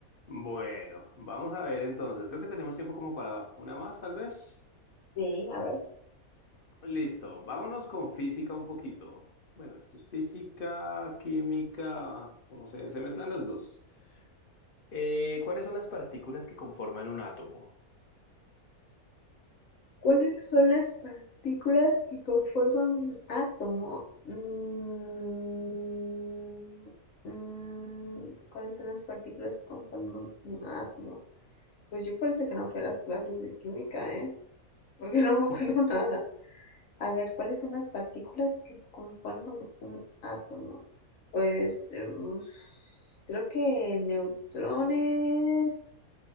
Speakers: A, on the left; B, on the left.
A: Bueno, vamos a ver entonces. Creo que tenemos tiempo como para una más, tal vez.
B: Sí, a ver.
A: Listo. Vámonos con física un poquito. Bueno, esto es física, química, como se, se mezclan las dos. Eh, ¿cuáles son las partículas que conforman un átomo?
B: ¿Cuáles son las partículas que conforman un átomo? Mm, mm, ¿cuáles son las partículas que conforman un átomo? Pues yo parece que no fui a las clases de química, ¿eh? Porque <laughs> no me acuerdo
A: <laughs>
B: nada. A ver, ¿cuáles son las partículas que conforman un átomo? Pues eh, uf, creo que neutrones